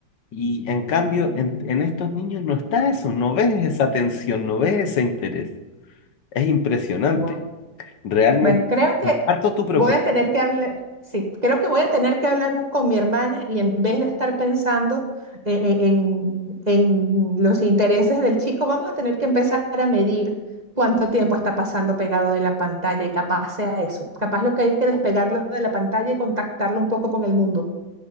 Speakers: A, on the left (about 65°); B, on the right (about 25°).
A: Y en cambio, en, en estos niños no está eso, no ves esa atención, no ves ese interés. Es impresionante.
B: Wow.
A: Realmente,
B: Bueno, creo que
A: comparto tu preocupación.
B: voy a tener que hablar, sí, creo que voy a tener que hablar un- con mi hermana y en vez de estar pensando eh, eh, en, en los intereses del chico, vamos a tener que empezar a medir cuánto tiempo está pasando pegado de la pantalla y capaz sea eso. Capaz lo que hay es que despegarlo de la pantalla y contactarlo un poco con el mundo.